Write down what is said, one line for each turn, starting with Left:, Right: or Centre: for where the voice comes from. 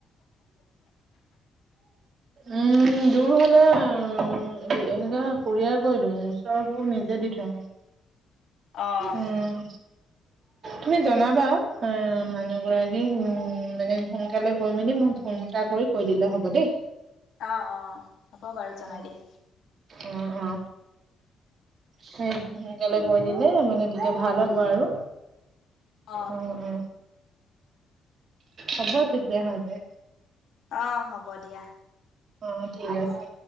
Right: উম দূৰ হ'লে উম এনে কুৰিয়াৰ কৰি দিওঁ, ওচৰবোৰ নিজে দি থৈ আহো।
Left: অ
Right: উম। তুমি জনাবা মানুহগৰাকীক মানে সোনকালে কৈ মেলি মোক ফোন এটা কৰি কৈ দিলে হ'ব দেই।
Left: অ অ হ'ব বাৰু
Right: অ
Left: জনাই দিম।
Right: অ অ সেই সোনকালে কৈ দিলে মানে তেতিয়া ভাল হ'ব আৰু।
Left: অ।
Right: উম উম। অ হব তেতিয়া হ'লে।
Left: অ হ'ব দিয়া।
Right: অ ঠিক আছে।